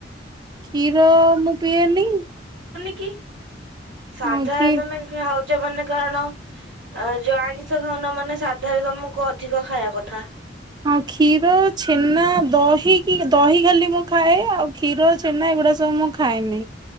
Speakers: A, on the right; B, on the right.
A: କୀର ମୁଁ ପିଏନି।
B: ଆକି ସାଧା
A: ହଁ କି
B: ତମେ ଖାଉ ମାନ କାରଣ ଯୋ ଆଇିଁଷ ଖାଉନ ମାନେ ସାଧାରଣତମକୁ ଅଧିକ ଖାଇବା କଥା।
A: ହଁ କ୍ଷୀର ଛେନା ଦହି କି ଦହି ଖାଲି ମୁଁ ଖାଏ ଆଉ କ୍ଷୀର ଛେନା ଏଗୁଡା ସବୁ ମୁଁ ଖାଏନି